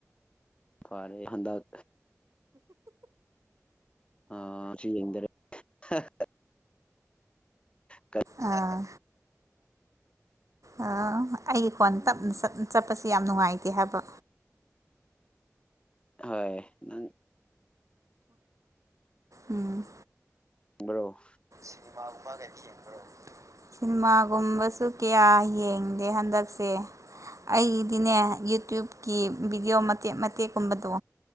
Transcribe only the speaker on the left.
ꯐꯔꯦ ꯍꯟꯗꯛ ꯑꯥ <unintelligible> ꯀ
ꯎꯝ
ꯍꯣꯏ ꯅꯪ
ꯕ꯭ꯔꯣ